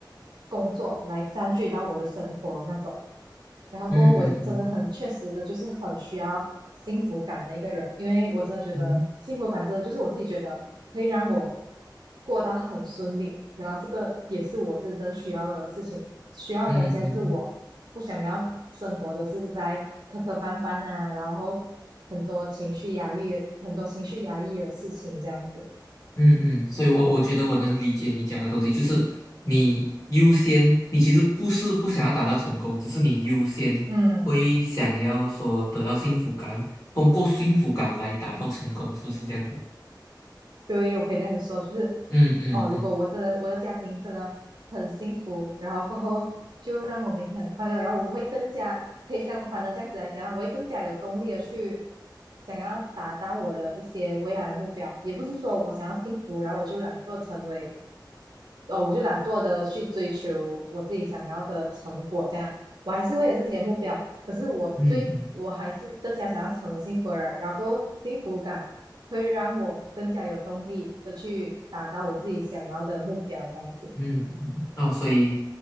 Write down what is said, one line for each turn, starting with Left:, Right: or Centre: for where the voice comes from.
Right: 工作来占据到我的生活啊那种，然后过后我真的很确实的，
Left: 嗯嗯嗯
Right: 就是很需要幸福感的一个人，因为我真的觉得幸福感真的就是我自己觉得可以让我
Left: 嗯
Right: 过得很顺利，然后这个也是我真正需要的事情，需要的东西啊，
Left: 嗯嗯
Right: 就是我不想要生活都是在磕磕绊绊啊，然后很多情绪压抑，很多情绪压抑的事情这样子，
Left: 嗯嗯，所以我我觉得我能理解你讲的东西，就是你优先，你其实不是不想要达到成功，只是你优先会想要说得到幸福感，
Right: 嗯。
Left: 通过幸福感来达到成功，是不是这样子？
Right: 对，我可以这样子说，就是
Left: 嗯嗯嗯
Right: 哦，如果我真的我的家庭真的很幸福，然后过后就让我每天很快乐，然后我会更加可以相反的这样子来讲，我会更加有动力的去想要达到我的一些未来的目标。也不是说我想要幸福，然后我就懒惰成为呃，我就懒惰的去追求我自己想要的成果，这样我还是会有自己的目标，可是我追，
Left: 嗯嗯
Right: 我还是更加想要成为幸福的人，然后幸福感会让我更加有动力的去达到我自己想要的目标，这样子，
Left: 嗯，哦，所以